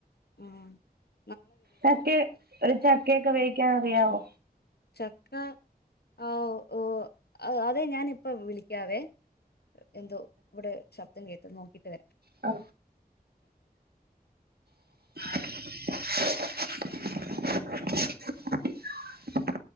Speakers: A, on the left; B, on the right.
A: ആ
B: നിക്ക് ഒരു ചക്കയൊക്കെ വേവിക്കാൻ അറിയാവോ
A: ചക്ക ആ ഓ അത് അതെ ഞാനിപ്പ വിളിക്കാവേ എന്തോ ഇവിടെ ശബ് ദം കേക്കുന്നു നോക്കീട്ട് വര
B: ആ <inaudible>